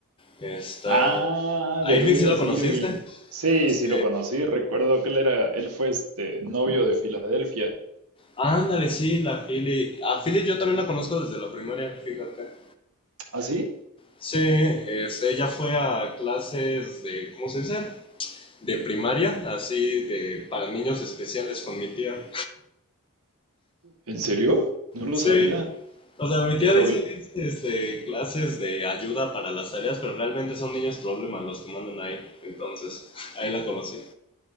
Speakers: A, on the left; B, on the right.
A: estaba...
B: Ah,
A: ¿A
B: de
A: Irving
B: veras,
A: sí lo conociste?
B: Irving. Sí,
A: Sí.
B: sí, lo conocí. Recuerdo que él era, él fue este novio de Filadelfia.
A: Ándale, sí, la Philly. A Philly yo también la conozco desde la primaria, fíjate.
B: ¿Ah, sí?
A: Sí, este, ella fue a clases de, ¿cómo se dice? de primaria, así de para niños especiales con mi tía.
B: ¿En serio? No lo
A: Sí.
B: sabía.
A: O sea, mi
B: ¿Qué
A: tía
B: problema?
A: dice que es este, clases de ayuda para las tareas, pero realmente son niños problemas los que mandan ahí. Entonces, ahí la conocí.